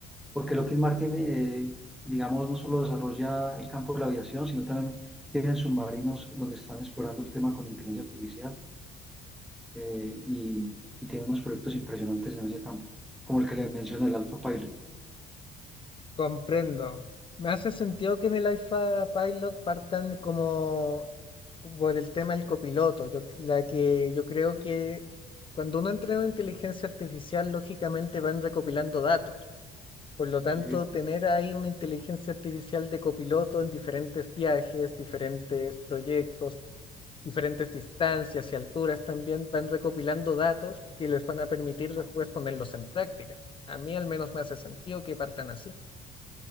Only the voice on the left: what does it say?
Comprendo. Me hace sentido que en el IFA Pilot partan como por el tema del copiloto. Yo, la que yo creo que cuando uno entrena inteligencia artificial, lógicamente van recopilando datos. Por lo tanto,
tener ahí una inteligencia artificial de copiloto en diferentes viajes, diferentes proyectos, diferentes distancias y alturas también van recopilando datos que les van a permitir
después ponerlos en práctica. A mí al menos me hace sentido que partan así.